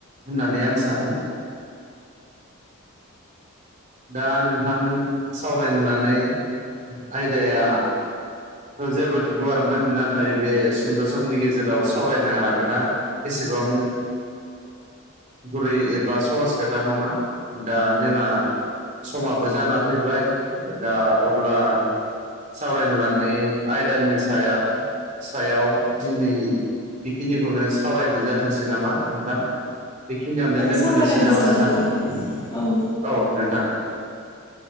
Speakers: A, on the right; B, on the left.
A: होननानै आं सानो। दा नोंथां सावरायनो लानाय आयदाया थ' जोबोद गुवारमोन नाथाय बे सुंद' समनि गेजेराव सावरायनो हागोनना एसेबां गुरै बा सहस खोथा नङा दा जोंहा समाबो जाना फैबाय। दा अब्ला सावरायनो लानाय आयदानि सायाव सायाव दिनै बेखिनिखौनो सावरायनाय जाथोंसै नामा? नोंथां बेखिनियावनो दोनथ'नोसै
B: सावरायना
A: नामा
B: गोजोननाय
A: नोंथां
B: थाबाय
A: औ नोंथां